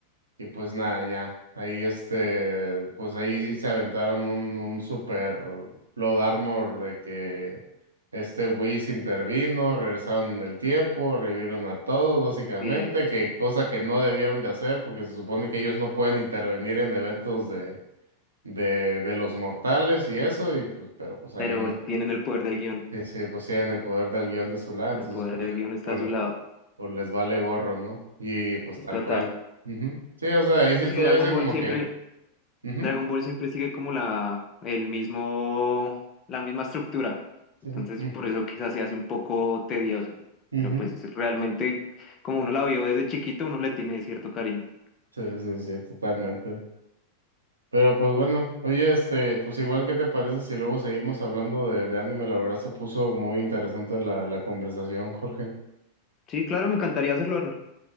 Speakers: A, on the right (about 75°); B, on the left (about 30°).
A: Y pues nada, ya. Ahí este, pues ahí sí se aventaron un, un super Blood Armor de que este Whis intervino, regresaron en el tiempo, revivieron a todos básicamente,
B: sí,
A: que cosa que no debieron de hacer porque se supone que ellos no pueden intervenir en eventos de, de, de los mortales y eso, y pues, pero pues ahí
B: pero
A: no.
B: tienen el poder del guión.
A: Sí, sí, pues tienen el poder del guión de su lado, entonces
B: El poder
A: pues,
B: del
A: le-
B: guión está
A: pues
B: a su
A: le-
B: lado.
A: pues les vale gorro, ¿no? Y pues tal
B: Total.
A: cual. Ujú. Sí, o sea, ahí
B: Es
A: sí
B: que si
A: todavía
B: Dragon
A: así
B: Ball
A: como
B: siempre,
A: que Ujú,
B: Dragon Ball siempre sigue como la, el mismo, la misma estructura. Entonces,
A: sí, sí, mm,
B: por eso quizás se hace un poco tedioso.
A: ujú.
B: Pero pues realmente, como uno la vio desde chiquito, uno le tiene cierto cariño.
A: Sí, sí, sí, totalmente. Pero pues bueno, oye, este, pues igual, ¿qué te parece si luego seguimos hablando de, de anime? La verdad se puso muy interesante la, la conversación, Jorge.
B: Sí, claro, me encantaría hacerlo, Arnold.